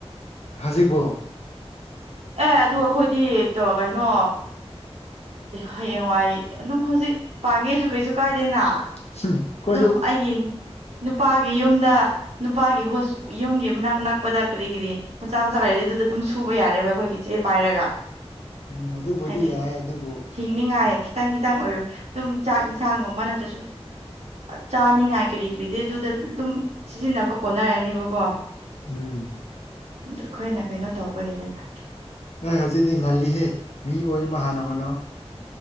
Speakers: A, on the left; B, on the right.
A: ꯍꯧꯖꯤꯛꯕꯣ
B: ꯑꯦ ꯑꯗꯨ ꯑꯩꯈꯣꯏꯗꯤ ꯀꯩꯅꯣ ꯍꯌꯦꯡꯋꯥꯏ ꯑꯗꯨꯝ ꯍꯧꯖꯤꯛ ꯄꯥꯡꯒꯦꯁꯨ ꯀꯩꯁꯨ ꯀꯥꯏꯗꯦꯅ
A: ꯑꯩꯈꯣꯏꯁꯨ
B: ꯑꯗꯨꯝ ꯑꯩꯒꯤ ꯅꯨꯄꯥꯒꯤ ꯌꯨꯝꯗ ꯅꯨꯄꯥꯒꯤ ꯍꯣ ꯌꯨꯝꯒꯤ ꯃꯅꯥꯛ ꯅꯛꯄꯗ ꯀꯔꯤ ꯀꯔꯤ ꯃꯆꯥ ꯃꯆꯥ ꯂꯩꯔꯤꯗꯤ ꯑꯗꯨꯗ ꯑꯗꯨꯝ ꯁꯨꯕ ꯌꯥꯔꯦꯕ ꯑꯩꯈꯣꯏꯒꯤ ꯆꯦ ꯄꯥꯏꯔꯒ
A: ꯎꯝ ꯑꯗꯨꯕꯨꯗꯤ
B: ꯍꯥꯏꯗꯤ
A: ꯌꯥꯏ ꯑꯗꯨꯕꯨ
B: ꯍꯤꯡꯅꯤꯡꯉꯥꯏ ꯈꯤꯇꯪ ꯈꯤꯇꯪ ꯑꯣꯏꯕ ꯑꯗꯨꯝ ꯆꯥꯛ ꯏꯟꯁꯥꯡꯒꯨꯝꯕ ꯅꯠꯇ꯭ꯔꯁꯨ ꯆꯥꯅꯤꯡꯉꯥꯏ ꯀꯔꯤ ꯀꯔꯤꯗꯤ ꯑꯗꯨꯗ ꯑꯗꯨꯝ ꯁꯤꯖꯤꯟꯅꯕ ꯈꯣꯠꯅꯔꯅꯦꯕꯀꯣ
A: ꯎꯝ
B: ꯑꯩꯈꯣꯏꯅ ꯀꯩꯅꯣ ꯇꯧꯕꯒꯤꯅꯤꯗ
A: ꯑꯩ ꯍꯧꯖꯤꯛꯗꯤ ꯉꯜꯂꯤꯍꯦ ꯃꯤ ꯑꯣꯏꯕ ꯍꯥꯟꯅ ꯍꯣꯠꯅꯧ